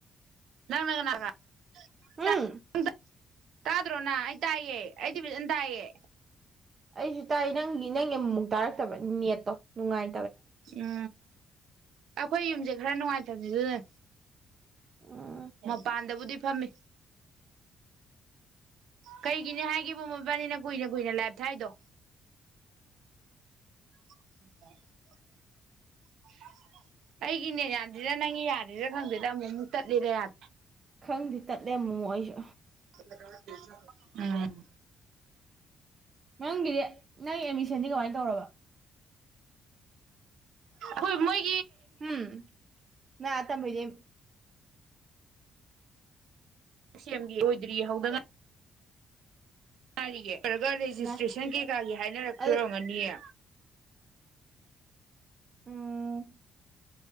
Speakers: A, on the right; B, on the right.
A: ꯅꯪꯪꯪꯅ ꯀꯅꯥ <unintelligible>
B: ꯎꯝ
A: <unintelligible> ꯇꯥꯗ꯭ꯔꯣ ꯅ ꯇꯥꯌꯦ ꯑꯩꯗꯤ ꯐꯖꯟ ꯇꯥꯏꯌꯦ
B: ꯑꯩꯁꯨ ꯇꯥꯏ ꯅꯪꯒꯤ ꯅꯪꯒꯤ ꯑꯃꯃꯨꯛ ꯇꯥꯔꯛꯇꯕ ꯅꯦꯠꯇꯣ ꯅꯨꯡꯉꯥꯏ
A: ꯅꯥ ꯑꯩꯈꯣꯏ ꯌꯨꯝꯁꯦ ꯈꯔ ꯅꯨꯡꯉꯥꯏꯇꯕꯅꯤ ꯑꯗꯨꯅꯅꯦ
B: <unintelligible>
A: ꯃꯄꯥꯟꯗꯕꯨꯗꯤ ꯐꯝꯃꯤ ꯀꯩꯒꯤꯅꯤ ꯍꯥꯏꯒꯦꯕ ꯃꯣꯏꯕꯥꯅꯤꯅ ꯀꯨꯏꯅ ꯀꯨꯏꯅ ꯂꯥꯏꯞ ꯊꯥꯏꯗꯣ <inaudible> ꯑꯩꯒꯤ ꯅꯦꯠ ꯌꯥꯗ꯭ꯔꯤꯔꯥ ꯅꯪꯒꯤ ꯌꯥꯗ꯭ꯔꯤꯔꯥ ꯈꯪꯗꯦꯗ ꯑꯃꯨꯛ ꯑꯃꯨꯛ ꯇꯠꯂꯤꯗ ꯌꯥꯗ꯭ꯔꯦ
B: ꯈꯪꯗꯤ ꯇꯠꯂꯦ ꯑꯃꯨꯃꯨ ꯑꯩꯁꯨ
A: <inaudible> ꯎꯝ
B: ꯅꯪꯒꯤꯗꯤ ꯅꯪ ꯑꯦꯃꯤꯁꯟꯗꯤ ꯀꯃꯥꯏ ꯇꯧꯔꯕ
A: ꯑꯈꯣꯏ ꯃꯣꯏ
B: ꯎꯝ ꯅ ꯑꯥ ꯇꯝꯃꯣꯏꯗꯤ
A: ꯁꯤ ꯑꯦꯝꯒꯤ ꯂꯣꯏꯗ꯭ꯔꯤ ꯍꯧꯗ ꯉꯥꯏ ꯇꯥꯔꯤꯌꯦ ꯅꯇ꯭ꯔꯒ ꯔꯦꯖꯤꯁꯇ꯭ꯔꯦꯁꯟ
B: ꯃꯥ
A: ꯀꯩꯀꯥꯒꯤ ꯍꯥꯏꯅꯔꯛꯇꯣꯏ
B: ꯑꯗꯨ
A: ꯑꯣꯏꯔꯝꯒꯅꯤꯌꯦ
B: ꯎꯝ